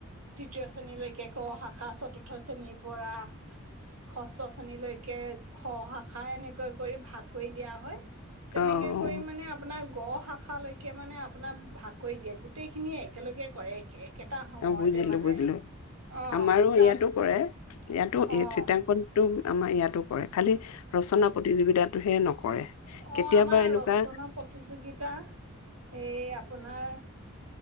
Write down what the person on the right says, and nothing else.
তৃতীয় শ্ৰেণীলৈকে ক-শাখা চতুৰ্থ শ্ৰেণীৰ পৰা ষ্ ত', শ্ৰেনীলৈকে, খ - শাখা, খাই এনেকৈ কৰি ভাগ কৰি দিয়া হয়। তেনেকে
কৰি মানে, - আপোনাৰ গ- শাখালৈকে মানে আপোনাক ভাগ কৰি দিয়ে। গোটেইখিনিয়ে একেলগে কৰে। একেইটা সময়তে
মানে।
অঁ
তাৰ
অঁ
অহ ', আমাৰ
ৰচনা প্ৰতিযোগিতা, এই আপোনাৰ,